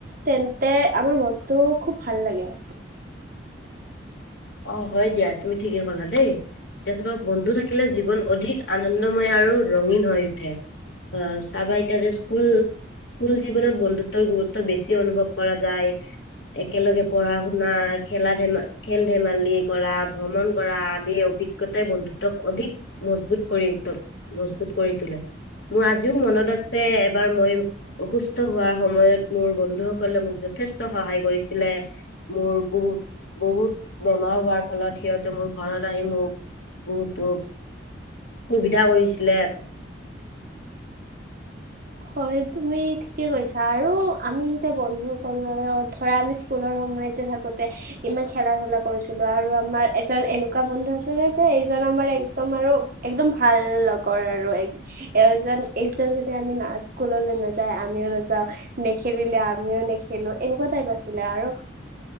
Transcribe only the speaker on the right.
তেন্তে আমাৰ মনটো খুব ভাল লাগে।
হয়, তুমি ঠিকে কৈছা আৰু আমি যেতিয়া বন্ধুসকল ধৰা আমি স্কুলৰ সময়তে থাকোতে ইমান খেলা ধূলা কৰিছিলো আৰু আমাৰ এজন এনেকুৱা বন্ধু আছিলে যে এইজন আমাৰ একদম আৰু একদম ভাল লগৰ আৰু এজন এইজন যদি আমি নাচ স্কুললৈ নাযায় আমিও নাযাওঁ। নেখেলিলে আমিও নেখেলো, এনেকুৱা টাইপ আছিলে আৰু